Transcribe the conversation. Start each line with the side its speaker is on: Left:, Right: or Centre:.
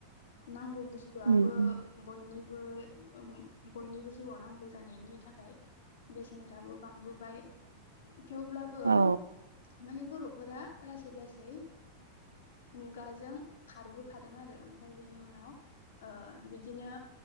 Left: नांगौ बस्तु बस्तुआबो
Right: उम उम
Left: बयनि बयनिबो ओ जिउआव नांगौ जानायनि थाखाय बेसेनफ्राबो बांबोबाय थेवब्लाबो
Right: औ
Left: माने बर'फोरा लासै लासै मुगाजों ओ खारबोफादों आरो । ओमफ्राय बिनि उनाव ओ बिदिनो